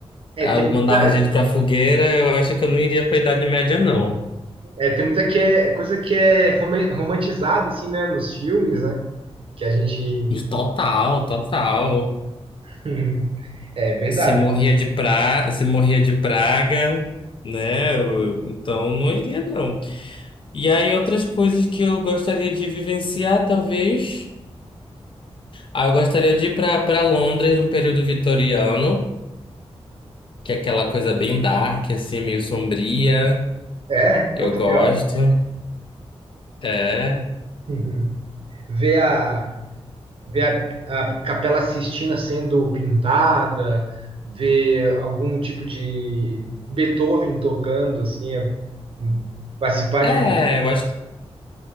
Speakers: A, on the right; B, on the left.
A: É,
B: ah,
A: tem muita,
B: mandava gente pra fogueira, eu acho que eu não iria pra Idade Média, não.
A: é, tem muita que é, coisa que é roman- romantizada, assim, né, nos filmes, né? Que a gente.
B: Total, total.
A: <laughs> É verdade.
B: Se morria de pra... se morria de praga, né? eu- Então não iria, não. E aí, outras coisas que eu gostaria de vivenciar, talvez. Ah, eu gostaria de ir pra, pra Londres no período vitoriano, que é aquela coisa bem dark, assim, meio sombria.
A: É,
B: Eu
A: é o que
B: gosto.
A: é legal.
B: É.
A: <laughs> Ver a. ver a, a Capela Sistina sendo pintada, ver algum tipo de Beethoven tocando, assim, é, participar
B: É,
A: de um
B: eu acho